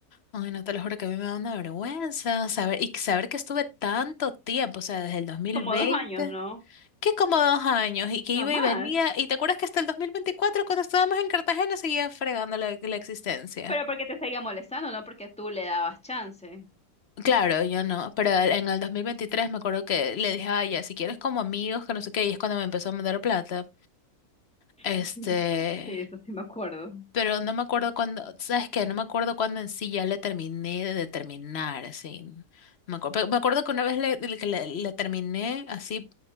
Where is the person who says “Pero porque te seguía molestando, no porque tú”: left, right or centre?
Centre